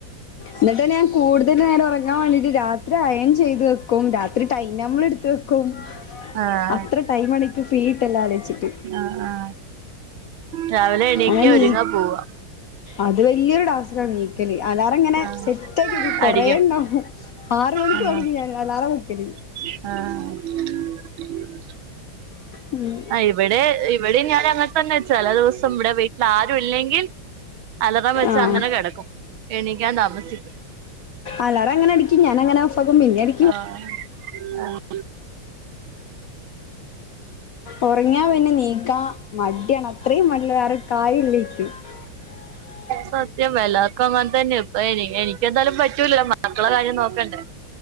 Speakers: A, on the left; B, on the right.
A: ഇന്നിട്ട്ന്നെ ഞാൻ കൂടുതല് നേരം ഉറങ്ങാൻ വേണ്ടിട്ട് രാത്രി അയൺ ചെയ്തു വെക്കും രാത്രി ടൈം ടേബിൾ ഇടുത്ത് വെക്കും
B: ആഹ്
A: അത്ര ടൈം എണിക്ക് ഫ്രീയിട്ടല്ലെ ആലൊയ്ച്ചിട്ട്
B: ആഹ് ആഹ് രാവിലെ എണീക്ക
A: അങ്ങനെ നീ
B: ഒരുങ്ങ പോവാ
A: അത് വല്യൊരു ടാസ്ക്ണ് എങ്ങിക്കല് അലാറം ഇങ്ങനെ
B: ആഹ്
A: സെറ്റ് ആക്കി വെക്കും കൊറെ
B: അടിക്കും
A: ഉണ്ടാവും ആറ് മണിക്ക്
B: ആഹ്
A: തൊടങ്ങും ഞാൻ അലാറം വെക്കല്
B: ആഹ്
A: ഉം
B: ആഹ് ഇവിടെ ഇവിടെ ഞാൻ അങ്ങനെ തന്നെ വെച്ച ചെല ദിവസം ഇവിടെ വീട്ടിൽ ആരും ഇല്ലെങ്കിൽ അലറാം വെച്ചാ
A: ആഹ്
B: അങ്ങനെ കിടക്കും എണീക്കാൻ താമസിക്കും
A: അലാറം അങ്ങനെ അടിക്കും ഞാൻ അങ്ങനെ ഓഫാകും പിന്നേം അടി
B: ആഹ് ആഹ്
A: ഉറങ്ങിയാ പിന്നെ നീക്കാ മടിയാണ് അത്രയും മടിള്ള വേറെ ഒര് കാര്യം ഇല്ല ഇനിക്ക് <unintelligible>
B: സത്യം എല്ലാർക്കും അങ്ങനെ തന്നെയെ ഇപ്പൊ എനി എനിക്ക് എന്തായാലും പറ്റൂല മക്കളെ കാര്യം നോക്കണ്ടേ